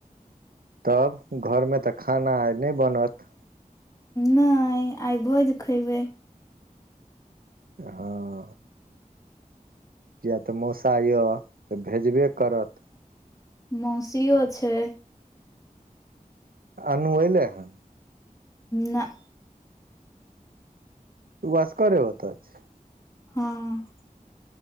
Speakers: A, on the right; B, on the left.
A: तब घरमे तऽ खाना आए नहि बनत
B: नहि आई भोज खयबै
A: हऽ किए तऽ मौसा यऽ तऽ भेजबे करत
B: मौसीयो छै
A: अनू अएले हन
B: नाऽ
A: ऊ असगरे ओत छै
B: हँ